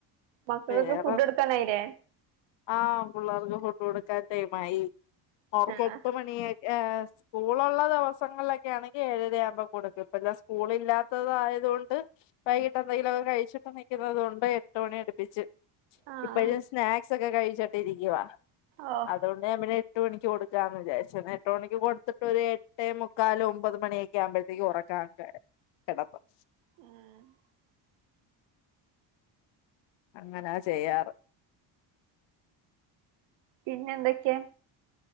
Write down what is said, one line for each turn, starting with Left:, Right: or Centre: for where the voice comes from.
Right: മക്കൾക്ക്
Left: വേറെ
Right: ഫുഡ് കൊടുക്കാനായില്ലേ?
Left: ആ പിള്ളേർക്ക് ഫുഡ്‌ കൊടുക്കാൻ ടൈമായി. അവർക്ക്
Right: ആഹ്
Left: എട്ട് മണി ഏ സ്കൂളൊള്ള ദിവസങ്ങളിലൊക്കെ ആണെങ്കിൽ ഏഴരയാവുമ്പോ കൊടുക്കും ഇപ്പന്നെ സ്കൂള് ഇല്ലാത്തതായത് കൊണ്ട് വൈകിട്ട് എന്തെങ്കിലും ഒക്കെ കഴിച്ചിട്ട പുന്നത് കൊണ്ട് എട്ട് മണി എടു പിച്ച്
Right: ആഹ്
Left: ഇപ്പഴും സ്നാ സക്ക കഴിച്ചട്ടി ഇരിക്കവാ
Right: ഓ
Left: അതൊണ്ട് മെ എട്ട് മണിക്ക് കൊടുക്കാന്ന് വിചാരിച്ചന്ന് എട്ടു മണിക്ക് കൊടുത്തിട്ട് ഒരു എട്ടേ മുക്കാാല ഒമ്പത് മണിയൊക്കെ ആകുമ്പോഴത്തേക്ക് ഉറക്കാൻ കിടക്കും
Right: ഉം
Left: അങ്ങനാ ചെയ്യാറ്
Right: പിന്നെ എന്തൊക്ക ക്കേ